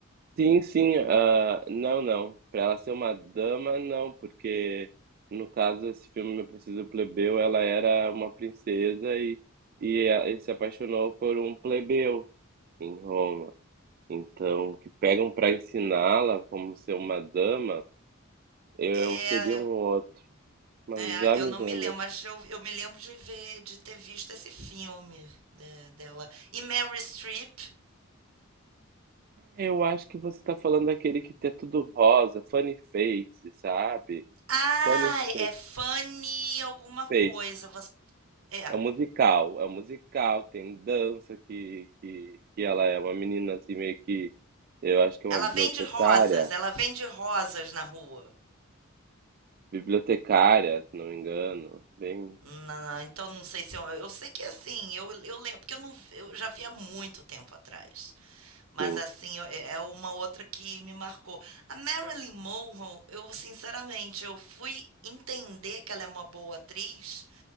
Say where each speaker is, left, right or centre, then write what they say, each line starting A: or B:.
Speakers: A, on the right (about 45°); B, on the right (about 80°).
A: Sim, sim. ah, não, não. para ela ser uma dama, não, porque no caso esse filme Meu Preciso Plebeu, ela era uma princesa e, e a- ele se apaixonou por um plebeu em Roma. Então, o que pegam para ensiná-la como ser uma dama, eu
B: É,
A: seria um outro. Mas
B: É,
A: já
B: eu
A: me
B: não
A: vem
B: me
A: a mim.
B: lembro, mas eu, eu me lembro de ver, de ter visto esse filme né, dela. E Mary Streep.
A: Eu acho que você tá falando daquele que tem tudo rosa, funny face, sabe?
B: ai
A: Funny fa-
B: é Fanny alguma coisa.
A: face.
B: você- É.
A: É um musical, é um musical, tem dança que, que, que ela é uma menina assim meio que eu acho que é uma
B: Ela
A: bibliotecária,
B: vende rosas, ela vende rosas na rua.
A: bibliotecária, se não me engano, bem
B: Na- na- então não sei se eu, eu sei que assim, eu, eu lembro, porque eu não vi- eu já vi há muito tempo atrás. Mas
A: sim.
B: assim, eu- é é uma outra que me marcou. A Marilyn Monroe, eu sinceramente, eu fui entender que ela é uma boa atriz